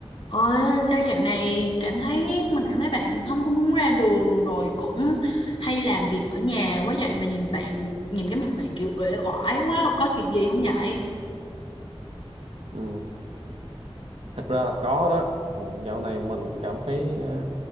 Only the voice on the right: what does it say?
Ừ, thật ra là có đó. Ừ, dạo này mình cảm thấy ờ,